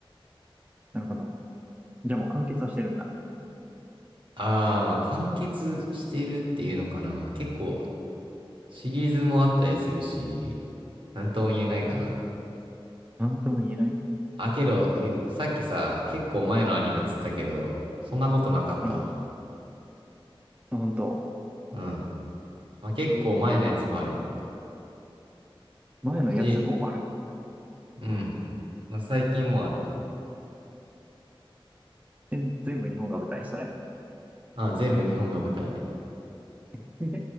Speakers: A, on the right; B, on the right.
A: なるほど。じゃあもう完結はしてるんだ。
B: ああ、まあ完結してるっていうのかな。まあ結構シリーズもあったりするし、なんとも言えないかな。
A: なんとも言えない
B: あ、けど、ゆさっきさ、結構前のアニメっつったけど、そんなことなかったわ。
A: うん。ほ本当。
B: うん。まあ結構前のやつもある
A: えー前のやつもある。
B: し、うん。まあ最近もある。
A: え全部日本が舞台、それ。
B: ああ、全部日本が舞台。
A: <laughs> 待